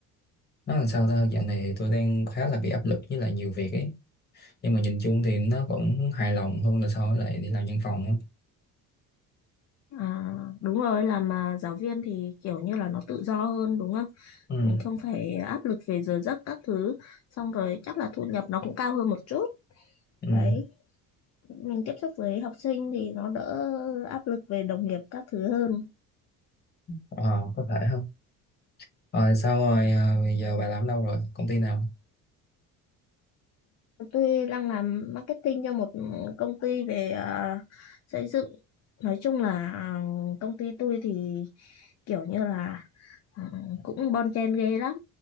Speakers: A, on the left; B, on the left.
A: nó làm sao ta dạo này tôi đang khá là bị áp lực với lại nhiều việc ấy nhưng mà nhìn chung thì nó vẫn hài lòng hơn là so với lại đi làm văn phòng á.
B: À, đúng rồi, làm mà giáo viên thì kiểu như là nó tự do hơn đúng không?
A: ừ
B: Mình không phải áp lực về giờ giấc các thứ, xong rồi chắc là thu nhập nó cũng cao hơn một chút.
A: ừ
B: Đấy, mình tiếp xúc với học sinh thì nó đỡ áp lực về đồng nghiệp các thứ hơn.
A: Ờ, có thể không Rồi sao rồi à, giờ bà làm ở đâu rồi? Công ty nào?
B: Tôi đang làm marketing cho một công ty về à, xây dựng. Nói chung là à, công ty tôi thì kiểu như là ừ, cũng bon chen ghê lắm.